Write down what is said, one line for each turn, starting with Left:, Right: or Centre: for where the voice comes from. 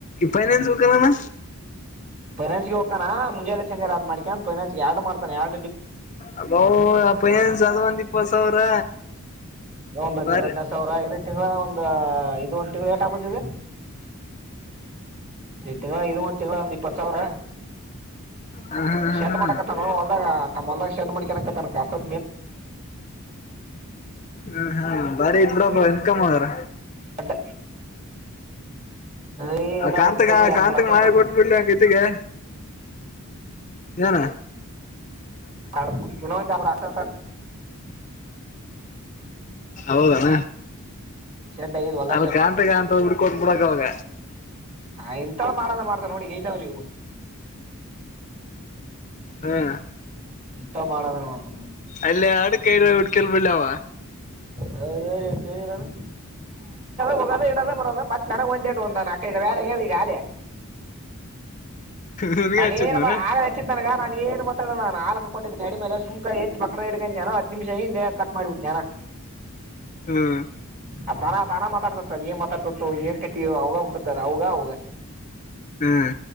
Left: ಫೈನಾನ್ಸ್ ಬೇಕನನ
Right: ಪೇರೆಂಟ್ಸ್ಗೆ ಹೋಗೋಣ ಮುಂೆ ಚಜ ಅ್ ಮಾಡಿಕೊಂಡ ಪರೆಟ್ಸ್ ಆಡ್ ಮಾಡ್ಾನೆ ಆಡ್
Left: ಅಬ ಅಪ್ಪನನ್ ಸದವಂದ ಇಪ್ಪ ಸಾವಿರ
Right: ಒಂದ ಹದ್ೈದು
Left: ಬಾರಿ
Right: ಹದಿನೈದು ಸಾವಿರಐದು ತಿಂ್ಳ ಒಂದ್ ಇದು ಒಂದ್ ತಿಂಗಳುಳ ಏಟ ಆ ಬದಿದೆ ಇ ತಿಂಗಳ ಇ ಒಂದ ತಿಂಗಳ ಒಂದ್ ಇಪ್ಪತ್ ಸಾವಿರ
Left: ಹ ಹಾ
Right: ಶರ್ಟ್
Left: ಹಾ ಹಾ
Right: ಮಾಡಕತ್ತ ದ ತಮ್ಮೊ ಶೇರ್ ಮಾಡಿ ಕನ ತನ ಅಸಿ
Left: ಹ ಹಾ ಬಾರಿ ಇದ್ರಪ್ಪ ಇನ್ಕಮ್ ಆದದಾರ
Right: ಶೆಡ್ ಏ ಇನ್ನ
Left: ಕಾಂತಕ
Right: ಮತ್ತ ಇನ್ನೂ ಎರಡ್
Left: ಕಾಂತಕ್
Right: ಮೂರ್ ಹಾಕತಾನ
Left: ಮಾ ಕೊಟ್ ಬಿಿಡ್ಲಿ ಹಂಗತಿಗೆ ಬಣ
Right: ಹ ಇೊಂದು ಆತ
Left: ಹೌದಣ
Right: ಶೆಡ್ ಆಗಿದ್ ಹೊಲ್ದಾಗ
Left: ಅದ ಕಾಂತ ಕಾಂತ ಬಿಡ್ಕೊತ್ ಬಿಡಕ ಅವಾಗ
Right: ಹ ಇಥಲ್ಲ ಮಾಡಂದ ಮಾಡ್ತಾವ ನೋಡಿ ಗೈತಾವ ಇವು
Left: ಹ್ಮ್
Right: ಎಂತ ಮಾಡದ್ರೆ ಮಾಡ್ತ
Left: ಅಲ್ಲೇ ಆಡ ಕೈರ ಹಡ್ಕಲ್ ಬಿಳಾವ
Right: ಅ ಕೇಳಾನ ಹೋಗದ ಇಡದ ಬರದ ಮತ್ತತ್ ನನಗ್ ಒಂದೇ ಒಂದಾನ ೇ ಯಿಗಾಲಿ
Left: ನನ್ಗೆ
Right: ನಾನ
Left: ಹಚ್ಚಿದ್ನನ
Right: ಏನ್ ಆಗ ಚ್ಚ ನನ ನಾನು ಏ ಮಾತ್ರ ನಾ ಹಾಲ್ಕೊಂಡಿದ್ದೆ ಅಡಿ ಮೇಲೆ ಸುಕ ಹೆಚ್ಚು ಬಕ್ದ ಹಿಡ್ ನಾನು ಹತ್ತು ನಿಮಿಷ ಹಿಂದೆ ಕಟ್ ಮಾಡಿು ಯಾರ
Left: ಹ್ಮ್
Right: ಆ ತಾನ ತಾನ ಮಾತಾಡ್ತತ್ತದ ನೀನ್ ಮಾತಾಡ್ತತ್ತು ಏನ್ ಕಟ್ಟೀ ಅವಾಗ ಬಿಟ್ಟದ ಅವಗ ಅವಗ
Left: ಹ್ಮ್